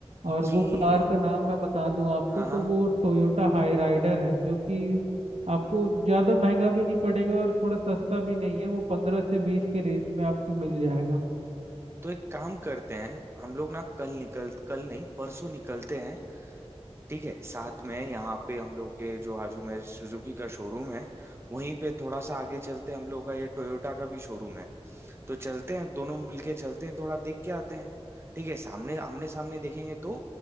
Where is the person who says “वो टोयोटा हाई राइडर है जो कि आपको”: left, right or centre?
Right